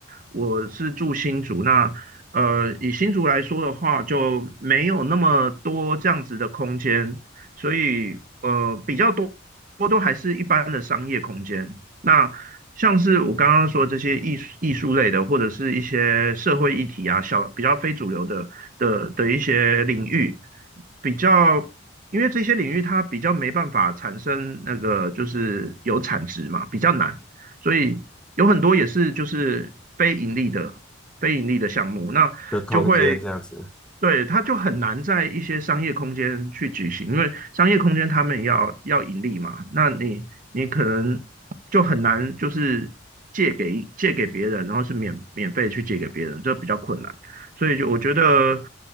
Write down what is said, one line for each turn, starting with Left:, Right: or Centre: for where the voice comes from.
Right: 我是住新竹，那呃以新竹来说的话，就没有那么多这样子的空间，所以呃比较多多都还是一般的商业空间。那像是我刚刚说这些艺术艺术类的，或者是一些社会议题啊，小比较非主流的的的一些领域。比较因为这些领域它比较没办法产生那个就是有产值嘛，比较难，所以有很多也是就是非盈利的非盈利的项目，那就会
Centre: 的空间这样子
Right: 对它就很难在一些商业空间去举行，因为商业空间他们要要盈利嘛，那你你可能就很难就是借给借给别人，然后是免免费去借给别人，这比较困难。所以就我觉得，